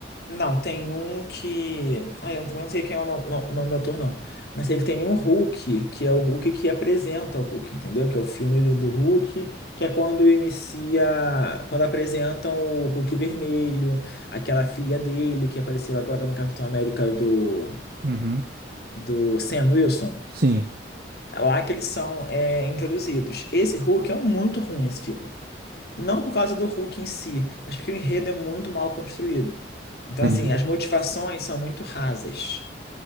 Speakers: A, on the left; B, on the right.
A: Não, tem um que. Ah, eu também não sei quem é o nome, o nome do ator, não. Mas sei que tem um Hulk, que é o Hulk que apresenta o Hulk, entendeu? Que é o filme do, do Hulk, que é quando inicia. Quando apresentam o Hulk vermelho, aquela filha dele que apareceu agora no Capitão América do,
B: Uhum.
A: do Sam Wilson.
B: Sim,
A: É lá que eles são é, introduzidos. Esse Hulk é muito ruim, esse filme. Não por causa do Hulk em si, mas porque o enredo é muito mal construído. Então,
B: entendi.
A: assim, as motivações são muito rasas.